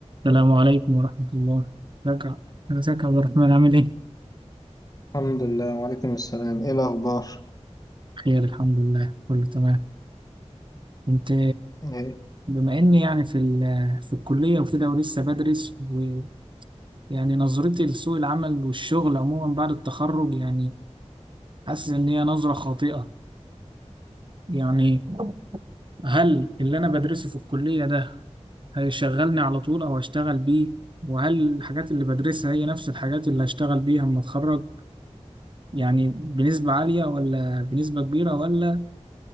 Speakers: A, on the right; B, on the left.
A: السلام عليكم ورحمة الله رجع ازيك يا عبد الرحمن عامل ايه؟
B: الحمد لله وعليكم السلام ايه الاخبار
A: خير الحمد لله كله تمام كنت
B: إيه؟
A: بما اني يعني في ال- في الكلية وكده ولسه بدرس ويعني نظرتي لسوق العمل والشغل عموما بعد التخرج يعني حاسس ان هي نظرة خاطئة يعني هل اللي انا بدرسه في الكلية ده هيشغلني على طول او هشتغل بيه وهل الحاجات اللي بدرسها هي نفس الحاجات اللي هشتغل بيها لما اتخرج يعني بنسبة عالية ولا بنسبة كبيرة ولا